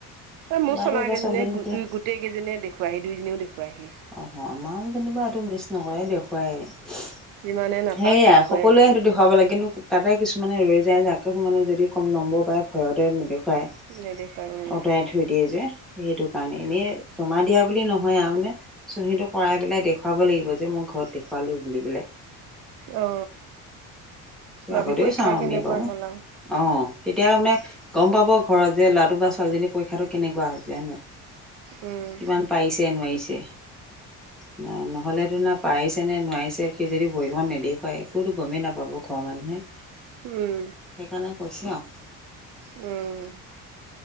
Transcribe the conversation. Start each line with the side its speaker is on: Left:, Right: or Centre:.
Right: তই মোৰ
Centre: ল'ৰাটো
Right: চলাইনিম
Centre: বা ছোৱালীজনী
Right: নে গোট
Centre: এতিয়া
Right: দুই গোট। গোটেইকেইজনীয়ে দেখুৱাই হি, দুইজনীয়েও দেখুৱাই হি।
Centre: অ' আমাৰো যেনিবা এইটো মিচ নহয়, দেখুৱাইয়ে। সেয়াই
Right: যিমানে নাপাওক দেখুৱাই
Centre: সকলোৱে
Right: আহি
Centre: সেইটো দেখুৱাব লাগে। কিন্তু তাতে কিছুমানে ৰৈ যায় যে আকক যদি কম নম্বৰ পাই ভয়তে নেদেখুৱায়।
Right: নেদেখোৱাই বাৰু।
Centre: অঁতৰাই থৈ দিয়ে যে, সেইটো কাৰণে এনে জমা দিয়া বুলি নহয় আৰু মানে চহীটো কৰাই পেলাই দেখুৱাব লাগিব, যে মই ঘৰত দেখুৱালো বুলি পেলায়।
Right: অ বাবি
Centre: আগতেও
Right: পৰীক্ষা
Centre: চাওঁ
Right: কেনেকুৱা
Centre: আমি বাৰু,
Right: হ'ল আৰু
Centre: অ'তেতিয়া মানে গ'ম পাব ঘৰত যে ল'ৰাটো বা ছোৱালীজনীৰ পৰীক্ষাটো কেনেকুৱা হৈছে। <unintelligible>
Right: উম
Centre: কিমান পাৰিছে, নোৱাৰিছে। <unintelligible> নহ'লেতো না পাৰিছে নে নোৱাৰিছে সি যদি বহীখন নেদেখুৱাই একোতো গমেই নাপাব ঘৰৰ মানুহে।
Right: উম।
Centre: সেইকাৰণে কৈছোঁ আৰ।
Right: উম।